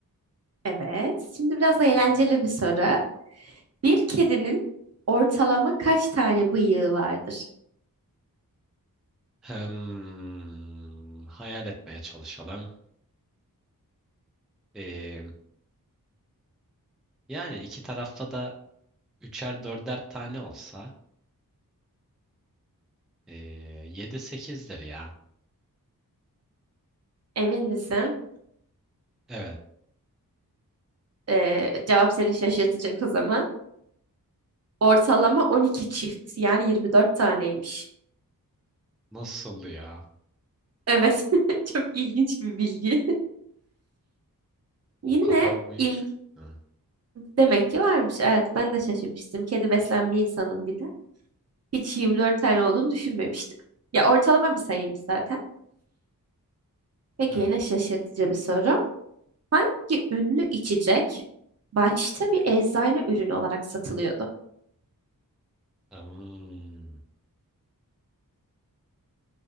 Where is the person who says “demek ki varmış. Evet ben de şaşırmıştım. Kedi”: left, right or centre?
Right